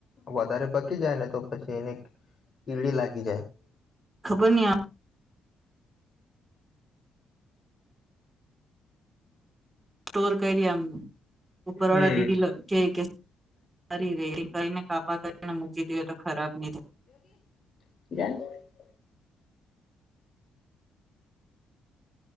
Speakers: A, on the left; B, on the right.
A: વધારે પકી જાય ને તો પછી એને કીડી લાગી જાય.
B: ખબર ન આ સ્ટોર કરી એમ. ઉપરવાળા
A: હમ
B: દીદી કે કે સારી રે કઈને કાપા કરીને મૂકી દે તો ખરાબ નહી થાય.
A: કે <unintelligible>